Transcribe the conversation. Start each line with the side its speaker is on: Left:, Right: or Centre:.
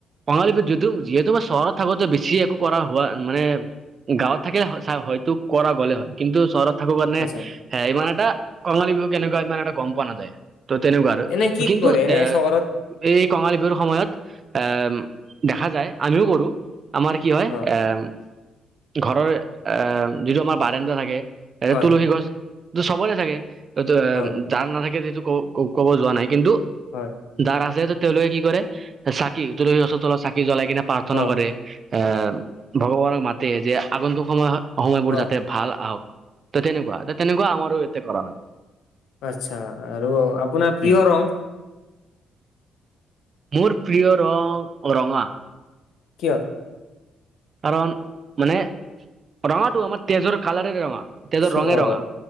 Right: কঙালী বিহুত যিটো যিহেতু মই চহৰত থাকো তো বেছি একো কৰা হোৱা মানে গাঁৱত থাকিলে হয়তো কৰা গ'লে হয়। কিন্তু চহৰত থাকো কাৰণে
Left: আচ্ছা,
Right: হে ইমান এটা কঙালী বিহু কেনেকুৱা ইমান এটা গম পোৱা নাযায়। ত' তেনেকুৱা আৰু,
Left: এনে কি
Right: কিন্তু
Left: কৰে এনে
Right: এ
Left: চহৰত
Right: এই কঙালী বিহুৰ সময়ত এ দেখা যায় আমিও কৰো আমাৰ কি হয়
Left: অ',
Right: এম ঘৰৰ এহ যিটো আমাৰ বাৰেন্দা থাকে, এহ
Left: হয়,
Right: তুলসী গছ সেইতো চবৰে থাকে, ত ত এম
Left: হয়,
Right: যাৰ নাথাকে যিটো ক ক'ব যোৱা নাই কিন্তু,
Left: হয়।
Right: যাৰ আছে ত তেওঁলোকে কি কৰে চাকি তুলসী গছৰ তলত চাকি জ্বলাই কিনে প্ৰাৰ্থনা
Left: অ',
Right: কৰে। এ ভগৱানক মাতে যে আগন্তুক সময় সময়বোৰ
Left: অ',
Right: যাতে ভাল আহক। ত তেনেকুৱা ত তেনেকুৱা আমাৰো ইয়াতে কৰা হয়।
Left: আচ্ছা আৰু আপোনাৰ প্ৰিয়
Right: উম
Left: ৰং?
Right: মোৰ পিয় ৰং ৰঙা।
Left: কিয়?
Right: কাৰণ মানে ৰঙাটো আমাৰ তেজৰ কালাৰে ৰঙা। তেজৰ
Left: অ',
Right: ৰঙে ৰঙা,